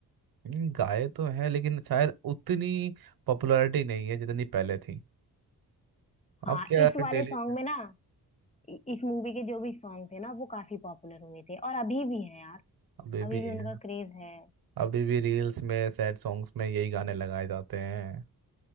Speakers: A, on the right; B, on the left.
A: हम्म, गाए तो हैं लेकिन शायद उतनी पॉपुलैरिटी नहीं है जितनी पहले थी
B: हाँ
A: अब क्या
B: इस वाले
A: डेली
B: सॉन्ग में ना इ- इस मूवी के जो भी सॉन्ग थे ना वो काफी पॉपुलर हुए थे और अभी भी हैं यार
A: अभी
B: अभी
A: भी
B: भी
A: है
B: उनका क्रेज है
A: अभी भी रील्स में सैड सॉन्ग्स में यही गाने लगाए जाते हैं